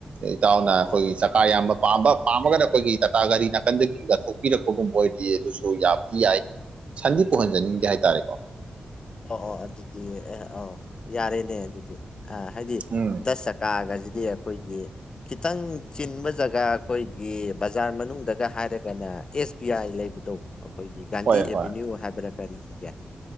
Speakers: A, on the right (about 50°); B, on the left (about 35°).
A: ꯏꯇꯥꯎꯅ ꯑꯩꯈꯣꯏꯒꯤ
B: ꯑꯣ
A: ꯆꯀꯥ ꯌꯥꯝꯕ ꯄꯥꯝꯕ ꯄꯥꯝꯃꯒꯅ ꯑꯩꯈꯣꯏꯒꯤ ꯇꯥꯇꯥ ꯒꯥꯔꯤ ꯅꯥꯀꯟꯗꯒꯤ ꯀꯊꯣꯛꯄꯤꯔꯛꯄꯒꯨꯝꯕ ꯑꯣꯏꯔꯗꯗꯤ ꯑꯗꯨꯁꯨ ꯌꯥꯕꯗꯤ ꯌꯥꯏ ꯁꯟꯗꯤ ꯄꯨꯍꯟꯖꯅꯤꯡꯗꯦ
B: ꯑꯣ
A: ꯍꯥꯏꯇꯥꯔꯦꯀꯣ
B: ꯑꯣ- ꯑꯣ ꯑꯗꯨꯗꯤ ꯑꯦ ꯑ ꯌꯥꯔꯦꯅꯦ ꯑꯗꯨꯗꯤ ꯑ ꯍꯥꯏꯗꯤ
A: ꯎꯝ
B: ꯗꯁ ꯆꯛꯀꯥꯒꯁꯤ ꯗꯤ ꯑꯩꯈꯣꯏꯒꯤ ꯈꯤꯇꯪ ꯆꯤꯟꯕ ꯖꯒꯥ ꯑꯩꯈꯣꯏꯒꯤ ꯕꯖꯥꯔ ꯃꯅꯨꯡꯗꯒ ꯍꯥꯏꯔꯒꯅ ꯑꯦꯁ ꯕꯤ ꯑꯥꯏ ꯂꯩꯕꯗꯣ ꯑꯩꯈꯣꯏꯒꯤ ꯒꯥꯟꯙꯤ
A: ꯍꯣꯏ
B: ꯑꯦꯚꯤꯅ꯭ꯌꯨ
A: ꯍꯣꯏ
B: ꯍꯥꯏꯕ꯭ꯔꯥ ꯀꯔꯤ ꯌꯥꯏ